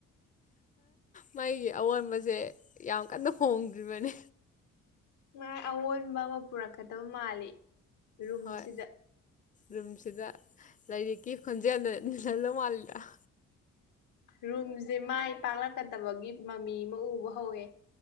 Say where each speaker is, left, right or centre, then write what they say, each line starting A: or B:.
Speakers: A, on the left; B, on the left.
A: ꯃꯩꯒꯤ ꯑꯑꯣꯟꯕꯁꯦ ꯌꯥꯝ ꯀꯟꯅ ꯍꯣꯡꯗ꯭ꯔꯤꯕꯅꯤ꯫
B: ꯃꯥꯥꯏ ꯑꯑꯣꯟꯕ ꯑꯃ ꯄꯨꯔꯛꯀꯗꯕ ꯃꯥꯜꯂꯤ ꯔꯨꯝꯁꯤꯗ
A: ꯍꯣꯏ ꯔꯨꯝꯁꯤꯗ ꯂꯥꯏꯔꯤꯛꯀꯤ ꯈꯣꯟꯖꯦꯜꯗ ꯅꯤꯜꯍꯜꯂꯧ ꯃꯥꯜꯂꯤꯗ
B: ꯔꯨꯝꯁꯦ ꯃꯥꯏ ꯄꯥꯛꯂꯛꯀꯗꯕꯒꯤ ꯃꯃꯤ ꯑꯃ ꯎꯕ ꯍꯧꯋꯦ꯫